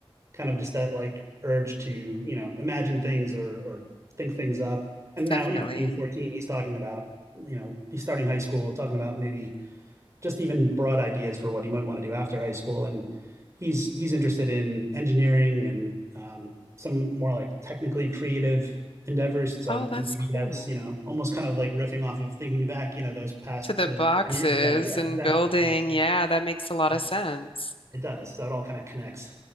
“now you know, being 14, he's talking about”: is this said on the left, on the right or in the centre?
Right